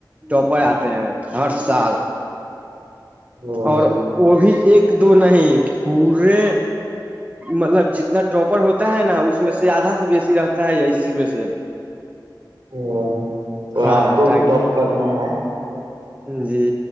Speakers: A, on the right; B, on the right.
A: ٹاپر آتے ہیں ہر سال
B: ہ
A: اور وہ بھی ایک دو نہیں پورے مطلب جتنا ٹاپر ہوتا ہے نا اس میں سے آدھا سے بیسی رہتا ہے اسی میں سے
B: ہ تو
A: ہاں
B: آپ کو
A: ٹائ
B: بھی ٹاپ کرنا ہے
A: جی